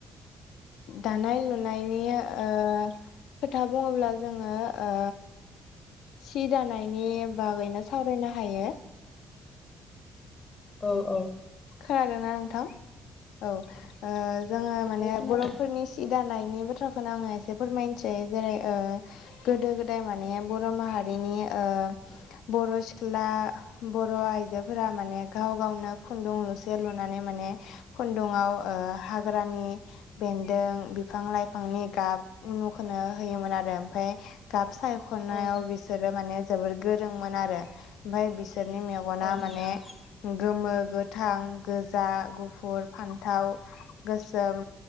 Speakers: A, on the left (about 85°); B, on the left (about 40°).
A: दानाय लुनायनि ओ खोथा बुंङोब्ला जोंङो ओ सि दानायनि बागैनो सावरायनो हायो।
B: औव औव।
A: खोनादों ना नोंथां? औ जोंङो माने
B: औ खोनादों
A: बर'फ फोरनि सि दानायनि बाथ्राखौनो आंङो एसे फोरमायनोसै जेरै गोदो गोदाय माने बर' माहारिनि ओ बर' सिख्ला बर' आइजोफोरा माने गाव गावनो खुन्दुं लुसे लुनानै माने खुन्दुंआव ओ हाग्रानि बेन्दों बिफां लाइफांनि गाब उनुखोनो होयोमोन आरो ओमफ्राय गाब सायखनायाव
B: औ
A: बिसोरो माने जोबोर गोरोंमोन आरो। ओमफाय बिसोरनि मेगना
B: औ नोंथां
A: माने गोमो गो थां गोजा गुफुर फान्थाव गोसोम